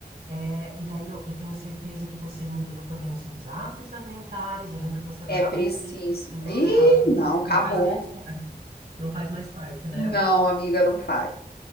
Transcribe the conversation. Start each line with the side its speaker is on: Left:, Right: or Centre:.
Right: é, e daí eu, eu tenho certeza que você mudou também os seus hábitos alimentares. Eu lembro que você adorava
Left: É preciso.
Right: um refrigerantinho,
Left: Ih,
Right: né? Eu acho que
Left: não,
Right: não
Left: acabou.
Right: faz mais parte. Não faz mais parte, né?
Left: Não, amiga, não faz.